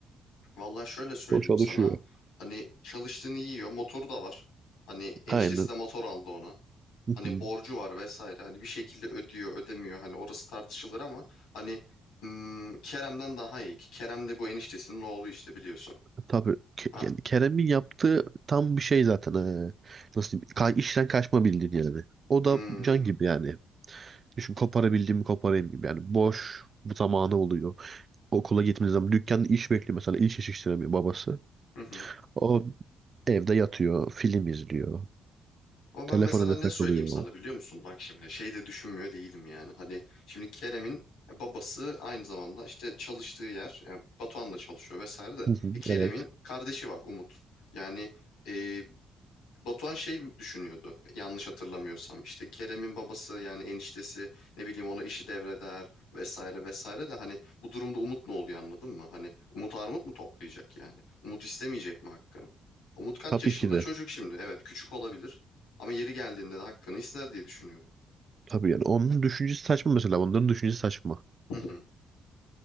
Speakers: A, on the left; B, on the right.
A: Vallahi şöyle söyleyeyim
B: O çalışıyor.
A: sana. Hani çalıştığını yiyor. Motoru da var. Hani eniştesi
B: Aynen.
A: de motor aldı ona.
B: <laughs>
A: Hani borcu var vesaire. Hani bir şekilde ödüyor, ödemiyor. Hani orası tartışılır ama hani hmm, Kerem'den daha iyi ki. Kerem de bu eniştesinin oğlu işte biliyorsun.
B: Tabii Ke-
A: Ha.
B: yani Kerem'in yaptığı tam bir şey zaten. ee, Nasıl diyeyim? Ka işten kaçma bildin yani. O da
A: Hmm.
B: can gibi yani. Düşün koparabildiğimi koparayım gibi yani. Boş bu zamanı oluyor. Okula gitmediği zaman dükkanda iş bekliyor mesela. iş yetiştiremiyor babası.
A: Hı hı.
B: O evde yatıyor, film izliyor.
A: Ama ben
B: Telefonuna
A: mesela ne
B: takılıyor.
A: söyleyeyim sana biliyor musun? Bak şimdi şey de düşünmüyor değilim yani. Hani şimdi Kerem'in e, babası aynı zamanda işte çalıştığı yer yani Batuhan da çalışıyor vesaire de.
B: Hı hı,
A: E, Kerem'in
B: Evet.
A: kardeşi var Umut. Yani e, Batuhan şey düşünüyordu yanlış hatırlamıyorsam işte Kerem'in babası yani eniştesi ne bileyim ona işi devreder vesaire vesaire de hani bu durumda Umut ne oluyor anladın mı? Hani Umut armut mu toplayacak yani? Umut istemeyecek mi hakkını? Umut kaç
B: Tabii
A: yaşında?
B: ki de.
A: Çocuk şimdi evet küçük olabilir ama yeri geldiğinde de hakkını ister diye düşünüyorum.
B: Tabii yani onun düşüncesi saçma mesela. Onların düşüncesi saçma.
A: Hı hı.